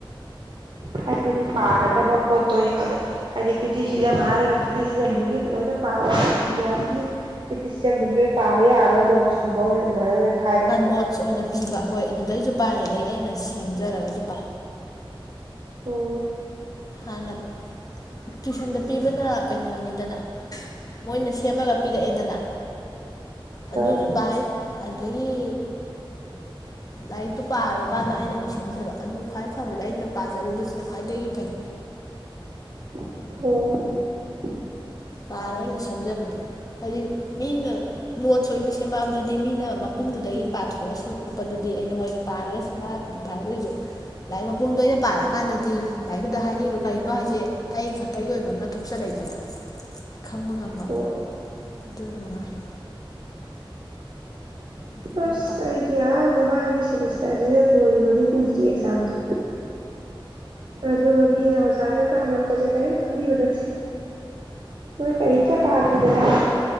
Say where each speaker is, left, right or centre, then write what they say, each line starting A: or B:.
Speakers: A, on the right; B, on the left.
A: ꯍꯥꯏꯕꯗꯤ ꯄꯥꯒꯗꯕ ꯄꯣꯠꯇꯣ ꯍꯥꯏꯗꯤ ꯀ꯭ꯔꯤꯇꯤꯁꯤꯖꯝ ꯍꯥꯏꯔꯒ ꯀ꯭ꯔꯤꯇꯤꯁꯤꯖꯝꯗꯨꯒꯤ ꯂꯣꯏꯅ ꯄꯥꯕ ꯏꯟꯗꯤꯌꯥꯟꯒꯤ ꯀ꯭ꯔꯤꯇꯤꯁꯤꯖꯝꯗꯨꯒꯤ ꯂꯣꯏ ꯄꯥꯕ ꯌꯥꯕ꯭ꯔꯥ ꯅꯣꯇ ꯀꯨꯝꯕ ꯑꯣꯏꯅ ꯑꯗꯨꯃꯥꯏꯅ ꯑꯣꯏꯅ ꯈꯥꯏꯕ꯭ꯔꯕ
B: ꯅꯣꯠꯁ ꯑꯣꯏꯅ ꯄꯤꯕ ꯍꯣꯏ ꯑꯗꯨꯗꯩꯁꯨ ꯄꯥꯏ ꯑꯗꯩ ꯑꯩꯅ ꯁꯦꯝꯖꯔꯒꯁꯨ ꯄꯥꯏ
A: ꯑꯣ
B: ꯍꯥꯟꯅ ꯇꯨꯏꯁꯟꯗ ꯄꯤꯕꯅ ꯀꯩꯅꯣꯅꯤꯗ ꯃꯣꯏꯅ ꯁꯦꯝꯃꯒ ꯄꯤꯔꯛꯑꯦꯗꯅ ꯑꯗꯨꯁꯨ
A: ꯑꯥ
B: ꯄꯥꯏ ꯑꯗꯒꯤ ꯂꯥꯏꯔꯤꯛꯇꯨ ꯄꯥꯔꯨꯀꯥꯟꯗ ꯑꯩꯅ ꯑꯃꯨꯛ ꯁꯦꯝꯖꯕ ꯑꯗꯨ ꯈ꯭ꯋꯥꯏ ꯐꯕꯗ ꯑꯩꯅ ꯄꯥꯖꯔꯨꯕꯁꯤꯅ ꯈ꯭ꯋꯥꯏꯗꯒꯤ ꯐꯩ
A: ꯑꯣ
B: ꯄꯥꯔ ꯑꯩꯅ ꯁꯦꯝꯖꯕꯗꯣ ꯍꯥꯏꯗꯤ ꯃꯤꯅ ꯅꯣꯠꯁ ꯑꯣꯏꯅ ꯁꯦꯝꯃꯛꯑꯕꯗꯨꯗꯤ ꯃꯤꯅ ꯃꯄꯨꯝꯗꯨꯗꯒꯤ ꯄꯥꯊꯣꯛꯑ ꯁꯦꯝꯃꯛꯄꯗꯨꯗꯤ ꯑꯩꯅ ꯍꯣꯏ ꯄꯥꯔꯒꯗꯤ ꯐꯕꯨꯗꯤ ꯐꯥꯏ ꯑꯗꯨꯑꯣꯏꯁꯨ ꯂꯥꯏꯔꯤꯛ ꯃꯄꯨꯝꯗ ꯑꯣꯏꯅ ꯄꯥꯔꯛꯑꯀꯥꯟꯗꯗꯤ ꯂꯥꯏꯔꯤꯛꯇꯨꯗ ꯍꯥꯏꯅꯤꯡꯉꯤꯗꯣ ꯀꯩꯅꯣ ꯍꯥꯏꯁꯦ ꯑꯩ ꯈꯛꯇꯒꯤ ꯑꯣꯏꯕ ꯑꯃ ꯊꯣꯛꯆꯔꯛꯏꯗꯅ ꯈꯪꯕ ꯉꯝꯕ
A: ꯍꯣꯏ
B: ꯑꯃ ꯑꯗꯨꯅ ꯅꯨꯡꯉꯥꯏ ꯑꯗꯨ ꯈꯔ
A: ꯑꯁ
B: ꯄꯥꯏ
A: ꯑꯩꯗꯤ ꯑ ꯃꯃꯪꯒꯤ ꯁꯦꯃꯤꯁꯇꯔꯁꯤꯗ ꯂꯣꯏꯕꯗꯤ ꯀꯨꯏꯗ꯭ꯔꯤ ꯑꯦꯛꯖꯥꯝꯗꯣ ꯑꯗꯨꯒ ꯃꯤꯅ ꯑꯣꯖꯥꯅꯒ ꯍꯪꯉꯛꯄꯁꯦ ꯀꯔꯤꯝ ꯈꯪꯕꯤꯕ ꯅꯠꯇꯦ ꯅꯣꯏ ꯀꯔꯤꯝꯇ
B: ꯑꯗꯩ
A: ꯄꯥꯗ꯭ꯔꯤꯕꯔꯥ ꯍꯥ